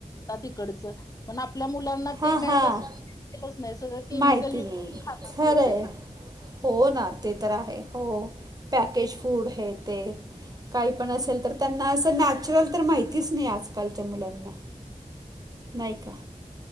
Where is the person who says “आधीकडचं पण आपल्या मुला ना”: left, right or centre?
Left